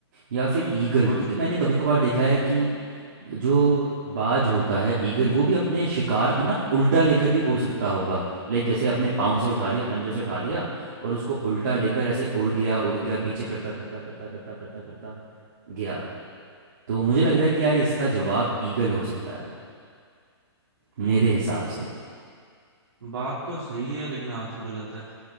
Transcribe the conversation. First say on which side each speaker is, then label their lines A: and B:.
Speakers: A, on the right; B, on the right.
A: या
B: हम्म
A: फिर ईगल
B: बहुत
A: क्योंकि
B: छोटी
A: मैंने
B: होती
A: कभी
B: है।
A: कभार देखा है कि जो बाज होता है ईगल वो भी अपने शिकार को ना उल्टा लेकर भी उड़ सकता होगा लाइक जैसे अपने पाँव से उठा लिया पंजों से उठा लिया और उसको उल्टा लेकर ऐसे उड़ गया उड़ गया पीछे करता करता करता करता करता करता गया तो मुझे लग रहा है कि यार इसका जवाब ईगल हो सकता है मेरे
B: हम्म
A: हिसाब से
B: बात तो सही है लेकिन आंसर गलत है